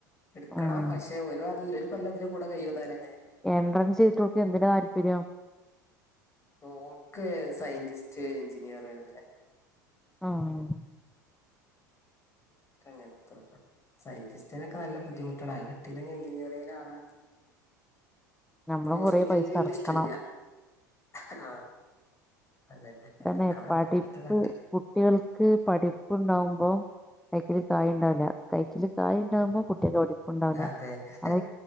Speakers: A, on the left (about 25°); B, in the centre.
A: എടുക്കണം
B: ആഹ്
A: പക്ഷെ ഒരു ഒരു കൊല്ലത്തിൽ കൂടെ കഴിയുന്നാലും അങ്ങനെആയാലും
B: എൻട്രൻസ് ചെയ്തിട്ടു ഓക്ക് എന്തിന താല്പര്യം
A: ഓൾക്ക് സയന്റിസ്റ്റ് എഞ്ചിനീയർ അങ്ങനെ
B: ആഹ്
A: ഇക്കങ്ങനത്ത സയന്റിസ്റ്റിനൊക്കെ നല്ല ബുദ്ധിമുട്ടാണ് അത് കിട്ടയില്ലെങ്കിൽ എഞ്ചിനീയറിങ് ആവാനുള്ള
B: നമ്മളും
A: ഹോസ്പിറ്റൽ
B: കൊറേ പൈസ
A: ഫീൽഡ്
B: എറക്കണം
A: ഇഷ്ടം ഇല്ല ആഹ് അതന്നെ
B: തന്നെ
A: ഇർക്കണ
B: പഠിപ്പ്
A: ഞാനത് കട്ടെ
B: കുട്ടികൾക്ക് പഠിപ്പുണ്ടാവുമ്പം കൈക്കില് കായ് ഉണ്ടാവില്ല കൈക്കില് കായ് ഉണ്ടാവുമ്പോൾ കുട്ടികൾക്ക് പഠിപ്പുണ്ടാവില്ല
A: അതെന്നെ
B: അവ